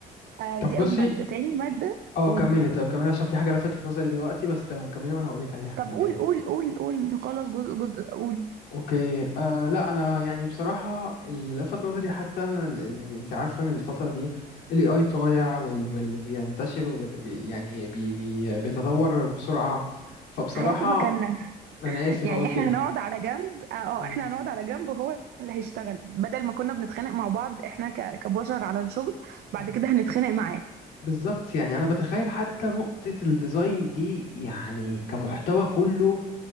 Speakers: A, on the right; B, on the left.
A: آه،
B: طب
A: دي
B: بصي
A: أول مادة تاني مادة
B: اه
A: قول
B: كملي طيب كملي عشان في حاجه لفتت نظري دلوقتي بس تمام كملي وانا هقول لك عليها
A: طب
B: كملي
A: قول قول قول قول خلاص جزء جزء قول
B: اوكي آه لا انا يعني بصراحه اللي لفت نظري حتى انا ال- ال- يعني انت عارفه ان الفتره دي الاي اي طالع وال وال بينتشر وبت- وبي يعني بي بي بيتطور بسرعه فبصراحه
A: هياخد مكاننا
B: انا اسف
A: يعني
B: اقول
A: احنا
B: كده
A: هنقعد على جنب اه آه،
B: مم.
A: احنا هنقعد على جنب وهو اللي هيشتغل بدل ما كنا بنتخانق مع بعض احنا ك- كبشر على الشغل بعد
B: مم.
A: كده هنتخانق معاه
B: بالظبط يعني انا بتخيل حتى نقطه الديزاين دي يعني كمحتوى كله